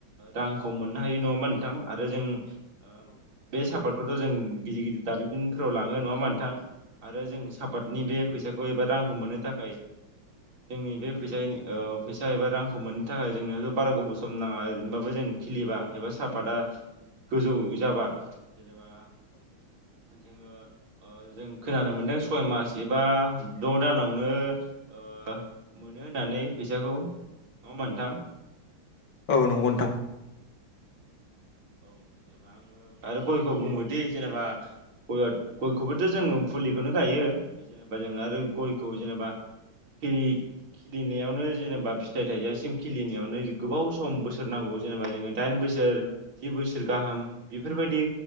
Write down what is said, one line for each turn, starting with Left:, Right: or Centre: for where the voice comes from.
Right: रांखौ मोननो हायो नङा होमबा नोंथां आरो जों ओ बे सापातखौथ' जों गिदिर-गिदिर दारिमिनफोराव लाङो नङा होमबा नोंथां। आरो जों सापातनि बे फैसाखौ एबा रांखौ मोननो थाखाय जोंनि बे फैसा-फैसा एबा रांखौ मोननो थाखाय जोंनोथ' बारा गोबाव सम नाङा ओरैनोबाबो जों खिलिबा एबा साहापाता गोजौ जाबा जेनेबा जोङो ओ जों खोनानो मोनदों सय मास एबा द' दानावनो ओ मोनो होननानै फैसाखौ नङा नोंथां
Left: औ नंगौ नोंथां
Right: आरो गया बुङोदि जेनेबा आङो आरो गयखौ बुङोदि जेनेबा ग गयखौबोथ' जो फुलिखौनो गायो जेनेबा जों आरो गयखौ जेनेबा फ्रि खिलिनायावनो जेनेबा फिथाइ थाइजासिम खिलिनायावनो गोबाव सम बोसोर नांगौ जेनेबा जोङो दाइन बोसोर सोर जि बोसोर गाहाम बेफोरबायदि